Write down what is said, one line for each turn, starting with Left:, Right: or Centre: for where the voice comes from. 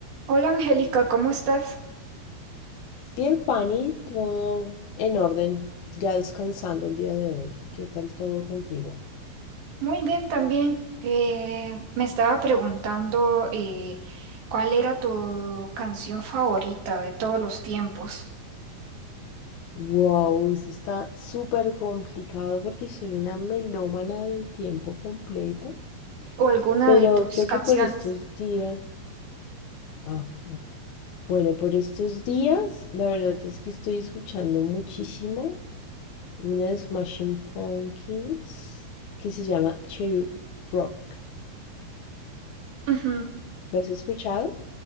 Right: Hola Angélica, ¿cómo estás?
Left: Bien, Fanny, todo en orden, ya descansando el día de hoy. ¿Qué tal todo contigo?
Right: Muy bien también. Eh, me estaba preguntando eh, cuál era tu canción favorita de todos los tiempos
Left: Wow, eso está súper complicado porque soy una melómana de tiempo completo,
Right: o alguna
Left: pero
Right: de tus
Left: creo
Right: canciones.
Left: que por estos días, ah, bueno, por estos días, la verdad es que estoy escuchando muchísimo una de Smashing Pumpkins que se llama Cherub Rock.
Right: Ujú.
Left: ¿Lo has escuchado?